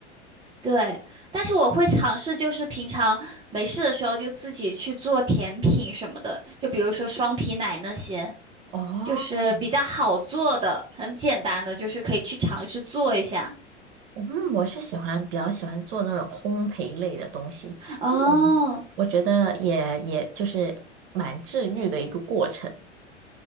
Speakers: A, on the right; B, on the right.
A: 对，但是我会尝试，就是平常没事的时候就自己去做甜品什么的，就比如说双皮奶那些，
B: 哦，
A: 就是比较好做的、很简单的，就是可以去尝试做一下。
B: 嗯，我是喜欢比较喜欢做那种烘焙类的东西，
A: 哦，
B: 嗯我觉得也也就是蛮治愈的一个过程。